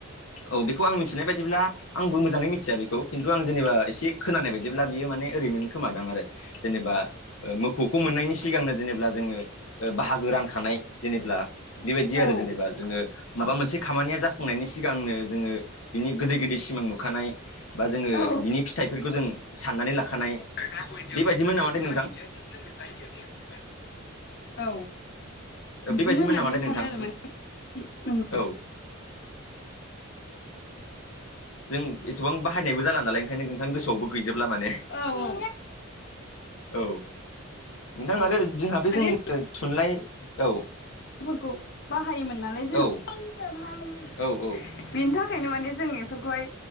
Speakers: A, on the left; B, on the left.
A: औ बेखौ आं मिथिनाय बायदिब्ला आंबो मोजाङै मिथिया बेखौ खिन्थु आं जेनेबा एसे खोनानाय बायदिब्ला बियो माने ओरैमोन खोमादों आरो जेनेबा ओ मोफौखौ मोननायनि सिगांनो जेनेबब्ला जोङो बाहागो रानखानाय जेनेबब्ला बेबायदि
B: औ
A: आरो जेनेबा जोङो माबा मोनसे खामानिया जाफुंनायनि सिगांनो जोङो बिनि गोदै गोदै सिमां नुखानाय बा जोङो
B: औ
A: बिनि फिथाइफोरखौ जों साननानै लाखानाय
B: <unintelligible>
A: बेबायदिमोन नामाथाय नोंथां
B: औ बिदिनो
A: बेबायदिमोन
B: होननानै
A: नामाथाय
B: सानो
A: नोंथां
B: आरो माने <unintelligible>
A: औ जों एथबां बाहायनायबो जाला नालाय ओंखायनो नोंथां गोसआवबो गैजोबला माने
B: औ औ
A: औ नोंथां
B: औ
A: आरो जोंहा बे
B: माने
A: जोंनि थुनलाइ औ
B: फोरखौ बाहायोमोन नालाय जों
A: औ
B: बेनि
A: औ औ
B: थाखायनो माने जों बेफोरखौहाय